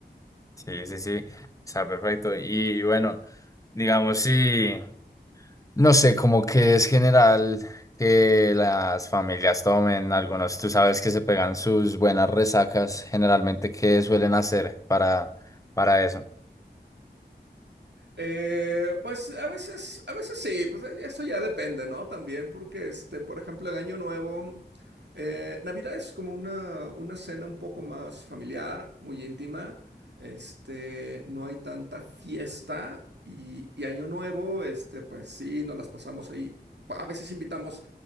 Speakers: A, on the left (about 20°); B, on the right (about 85°).
A: Sí, sí, sí, está perfecto. Y bueno, digamos, sí, no sé, como que es general que las familias tomen algunos, tú sabes que se pegan sus buenas resacas, generalmente, ¿qué suelen hacer para, para eso?
B: Eh, pues a veces, a veces sí, pues eh, eso ya depende, ¿no? También porque, este, por ejemplo, en Año Nuevo, eh, Navidad es como una, una cena un poco más familiar, muy íntima, este, no hay tanta fiesta y, y Año Nuevo, este, pues sí, nos las pasamos ahí. A veces invitamos